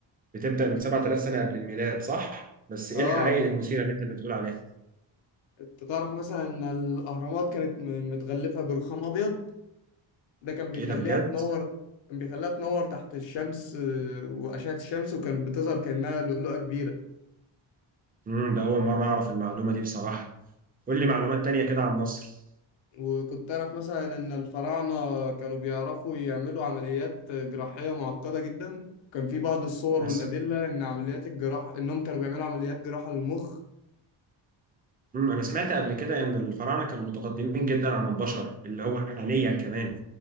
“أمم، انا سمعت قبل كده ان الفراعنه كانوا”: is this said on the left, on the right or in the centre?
Right